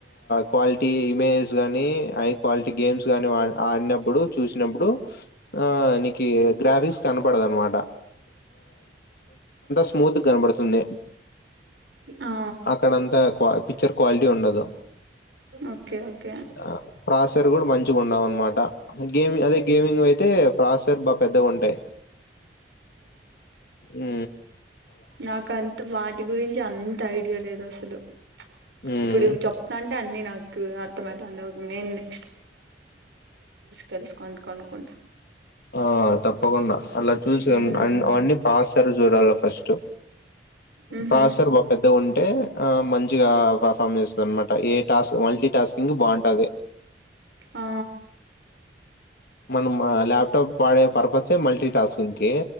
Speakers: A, on the left; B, on the right.
A: క్వాలిటీ ఇమేజెస్ గానీ హై క్వాలిటీ గేమ్స్ గాని ఆడినప్పుడు చూసినప్పుడు ఆ నికి గ్రాఫిక్స్ కనపడదనమాట స్మూత్గా కనబడుతుంది
B: ఆ
A: అక్కడంతా పిచ్చర్ క్వాలిటీ ఉండదు
B: ఓకే ఓకే
A: ఆ కాసర్ కూడా మం మంచిగుండవనాట గేమింగ్ అదే గేమింగ్ అయితే పాస్వర్ బాగా పెద్దగా ఉంటాయి ఉ
B: నాకంటూ వాటి గురించి అంత ఐడియా లేదు అసలు.
A: ఉమ్
B: ఇప్పుడు చెప్తా అంటే అన్నీ నాకు అర్థమైతనై నేనె తెలుసుకొని కొనుక్కుంటా
A: ఆ తప్పకుండా అలా చూస
B: మ్మ్
A: అవన్నీ పాస్తరు చూడాల ఫస్ట్
B: ఊహూ
A: పాసర్ బా పెద్ద ఉంటే ఆ మం మంచిగా పర్ఫామ్ చేస్తుంది అనమాట ఏ టాస్క్ మల్టీ టాస్కింగ్ బాగుంటది
B: ఆ
A: మనం లాప్టాప్ వాడే పర్పస్ మల్టీ టాస్కింగ్ కి